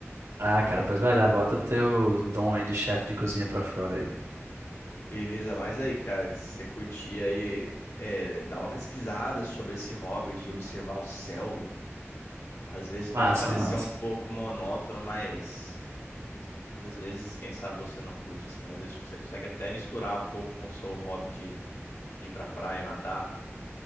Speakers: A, on the right; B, on the left.
A: Ah, cara, pois vai lá, bota teu dom aí de chefe de cozinha pra fora aí.
B: Beleza, mas aí, cara, se você curtir aí, é, dá uma pesquisada sobre esse hobby de observar o céu. Às vezes pode
A: Massa,
B: parecer
A: massa.
B: um pouco monótono, mas às vezes, quem sabe você não curte, assim. Às vezes você consegue até misturar um pouco com o seu hobby de, de ir pra praia nadar.